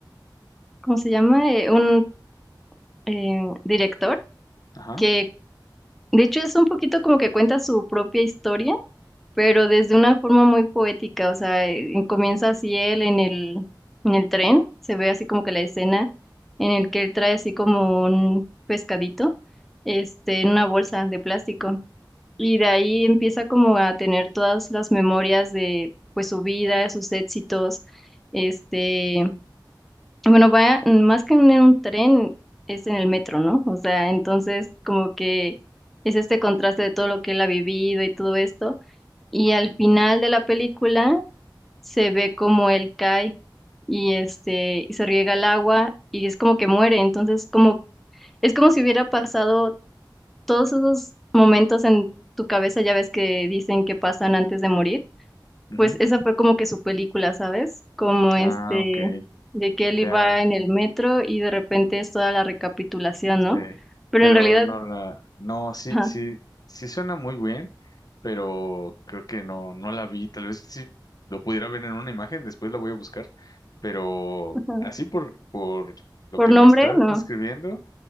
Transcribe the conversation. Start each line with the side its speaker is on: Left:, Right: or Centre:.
Centre: ¿cómo se llama? Eh, un eh, director
Left: Ajá.
Centre: que... De hecho, es un poquito como que cuenta su propia historia pero desde una forma muy poética, o sea, eh, comienza así él en el, en el tren, se ve así como que la escena en el que él trae así como un pescadito, este, en una bolsa de plástico, y de ahí empieza como a tener todas las memorias de, pues, su vida, sus éxitos, este, bueno, va más que en un tren, es en el metro, ¿no? O sea, entonces como que es este contraste de todo lo que él ha vivido y todo esto y al final de la película se ve como él cae y este y se riega el agua y es como que muere. Entonces, como es como si hubiera pasado todos esos momentos en tu cabeza, ya ves que dicen que pasan antes de morir.
Left: ujú.
Centre: Pues esa fue como que su película, ¿sabes? Como este
Left: Ah, ok.
Centre: de que él
Left: Ya.
Centre: iba en el metro y de repente es toda la recapitulación,
Left: Sí,
Centre: ¿no? Pero
Left: pero
Centre: en realidad,
Left: no la, no, sí,
Centre: ajá,
Left: sí, sí suena muy bien, pero creo que no, no la vi. Tal vez sí lo pudiera ver en una imagen, después la voy a buscar, pero
Centre: ajá,
Left: así por, por lo
Centre: por
Left: que
Centre: nombre,
Left: me estás
Centre: no.
Left: describiendo,